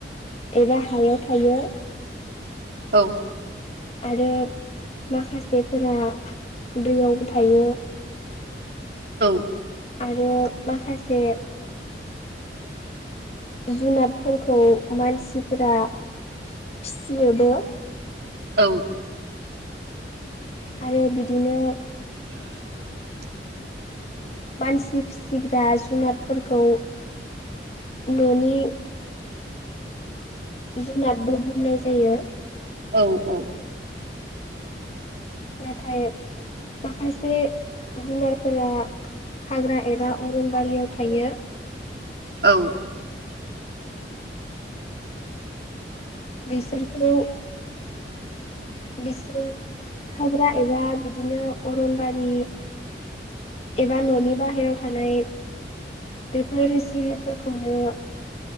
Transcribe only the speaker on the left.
एबा हायाव थायो।
आरो माखासेफोरा दैयावबो थायो।
आरो माखासे जुनादफोरखौ मानसिफोरा फिसियोबो।
आरो बिदिनो
मानसि फिसिग्रा जुनादफोरखौ न'नि जुनादबो बुंनाय जायो।
नाथाय माखासे जुनारफोरा हाग्रा एबा अरनबारियाव थायो।
<inaudible> बेसोरखौ बिसोर हाग्रा एबा बिदिनो अरनबारि एबा न'नि बाहेरायाव थानाय बेफोर जिबिफोरखौनो